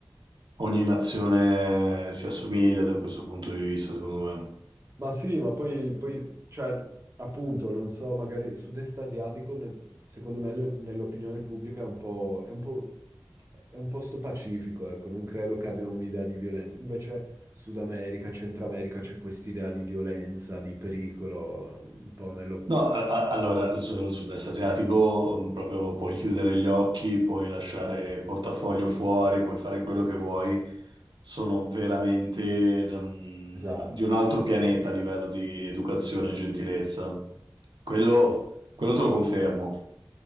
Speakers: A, on the right; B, on the right.
A: ogni nazione si assomiglia da questo punto di vista, secondo me.
B: Ma sì, ma poi, poi, cioè, appunto, non so, magari sud-est asiatico, nel- secondo me, nel- nell'opinione pubblica è un po', è un po', è un posto pacifico, ecco, non credo che abbiano un'idea di violenza. Invece Sud America, Centro America, c'è quest'idea di violenza, di pericolo, un po' nello...
A: No, a- a- allora sul sud-est asiatico mm, proprio puoi chiudere gli occhi, puoi lasciare
B: No.
A: il portafoglio fuori, puoi fare quello che vuoi. Sono veramente mm,
B: Esatto.
A: di un altro pianeta a livello di educazione e gentilezza. Quello, quello te lo confermo.